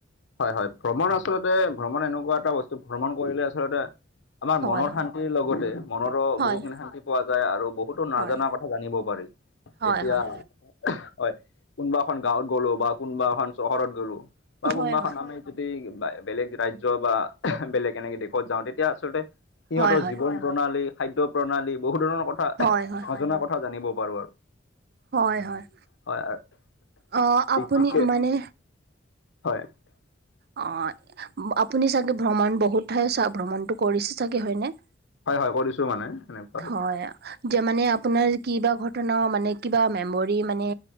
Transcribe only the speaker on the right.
হয়
হয়
হয়
হয়
হয়
হয়
হয়
হয়
হয়
হয় হয়
হয় হয়
অ
আপুনি
মানে
অ' আপুনি চাগে ভ্ৰমণ বহুত ঠাই চা ভ্ৰমণতটো কৰিছে চাগে হয়নে?
হয়। যে মানে আপোনাৰ কিবা ঘটনা মানে কিবা মেমৰি মানে